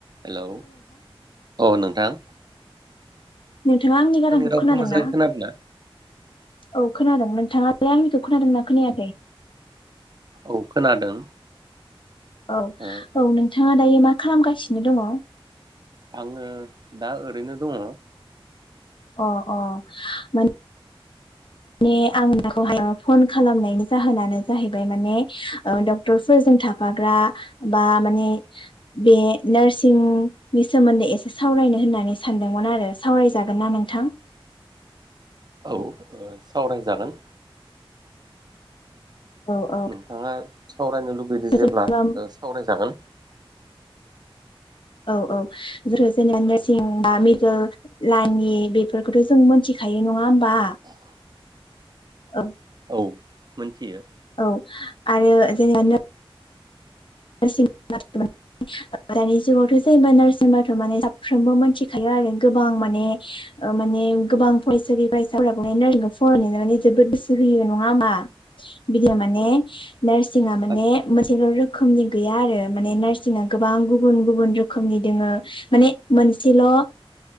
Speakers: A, on the right (about 45°); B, on the left (about 60°).
A: Hello औ नोंथां।
B: नोंथाङा आंनि गारांखौ
A: रावखौ
B: खोनादोंना?
A: मोजाङै खोनादों ना?
B: औ खोनादों नों नोंथाङालाय आंनिखौ खोनादोंना खोनायाखै?
A: औ खोनादों।
B: औ
A: ओ
B: औ नोंथाङा दायो मा खालामगासिनो दङ?
A: आङो दा ओरैनो दङ।
B: अ अ माने माने आं <unintelligible> फन खालामनायनि जाहोनानो जाहैबाय माने ओ डक्टरफोरजों थाफाग्रा बा माने बे नार्सिंनि सोमोन्दै एसे सावरायनो होननानै सानदोंमोन आरो सावरायजागोनना नोंथां?
A: औ ओ सावरायजागोन।
B: औ औ
A: नोंथाङा सावरायनो लुबैदों जेब्ला
B: जेनेबा
A: ओ सावरायजागोन।
B: औ औ जोङो जेनेबा <unintelligible> लाइननि बेफोरखौथ' जों मिथिखायो नङा हो बा औ।
A: औ मोनथियो।
B: औ आरो <unintelligible> <unintelligible> दानि जुगावथ' जेनेबा नार्स होनबाथ' माने साफ्रोमबो मिथिखायो आरो गोबां माने माने गोबां फरायसालि फरायसाफोराबो माने नारसिंखौ फरायनाय माने जोबोद गोसो होयो नङा होमबा? बिदिया माने नार्सिंआ माने
A: आदसा
B: मोनसेल' रो खोमनि गैया आरो। माने नार्सिंआ गोबां गुबुन गुबुन रोखोमनि दोङो मान मोनसेल ओ